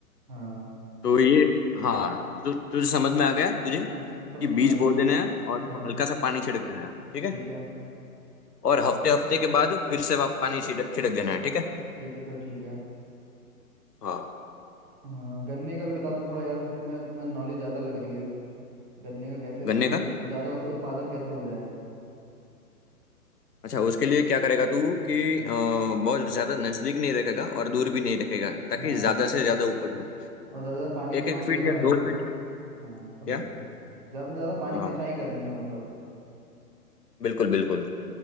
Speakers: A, on the right (about 30°); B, on the left (about 80°).
A: हाँ
B: तो ये हाँ तो तुझे समझ में आ गया तुझे
A: हाँ समझ
B: कि बीज
A: में आ गया
B: बो देना है और
A: हाँ
B: हल्का सा पानी छिड़क देना है ठीक
A: ठीक
B: है
A: है
B: और हफ्ते हफ्ते के बाद फिर से वा- पानी छिड़क छिड़क देना है ठीक है
A: ठीक है सर ठीक है
B: हाँ
A: हाँ गन्ने का भी बता दो थोड़ा यार तुम्हें तुम्हें नॉलेज ज़्यादा लग रही है गन्ने का कैसे मतलब
B: गन्ने का
A: ज- ज़्यादा उत्पादन कैसे हो जाए
B: अच्छा उसके लिए क्या करेगा तू कि
A: हम्म,
B: अ, बहुत ज्यादा नजदीक नहीं रखेगा और दूर भी नहीं रखेगा ताकि
A: हाँ हाँ
B: ज्यादा से ज्यादा उपज हो
A: और ज़्यादा पानी
B: एक
A: पानी
B: एक फीट
A: ले पाए
B: या दो फीट
A: हाँ समझ
B: क्या
A: गया ज़्यादा से ज़्यादा पानी
B: हाँ
A: सिंचाई करनी है मतलब
B: बिल्कुल बिल्कुल